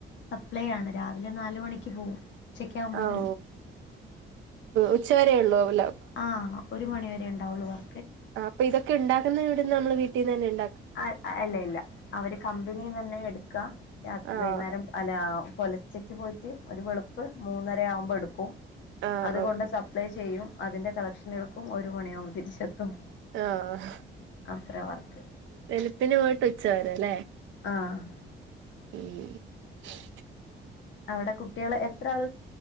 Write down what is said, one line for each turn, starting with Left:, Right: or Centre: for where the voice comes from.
Left: പ്ലേ ആണ് രാവിലെ നാല് മണിക്ക് പോവും. ഉച്ചക്കെ ആവുമ്പോ വ
Right: ഓ ഉച്ച വരെേ ഉള്ളൂ അല്ല
Left: ആഹ് ഒരു മണിവരെ ഉണ്ടാവുള്ളൂ വർ
Right: ആ അപ്പൊ ഇതൊക്കെ ഉണ്ടാക്കുന്ന ഇവിടെന്ന നമ്മള് വീ ഇതന്നെയാണ്
Left: അ അല്ല ഇല്ല അവര് കമ്പനി തന്നെ എടു ക്ക രാത്
Right: ആഹ്
Left: വൈകുന്നേരം അല്ല പുലച്ചക്ക് പോയിട്ട് ഒരു വെളുപ്പ് മൂന്നര ആവുമ്പോ എടുക്കും
Right: ആഹ്
Left: അതുകൊണ്ട്
Right: ഓക്കെ
Left: സപ്ലൈ ചെയ്യും അതിന്റെ കളക്ഷൻ എടുക്കും ഒരു മണിയാവുമ്പോ തിരിച്ചെത്തും.
Right: ആഹ്
Left: അത്ര വർക്ക്.
Right: വെളുപ്പിന് പോയിട്ട് ഉച്ചവരെല്ലേ?
Left: ആഹ്
Right: ഉം
Left: അവിടെ കുട്ടികൾ എത്ര ആൾ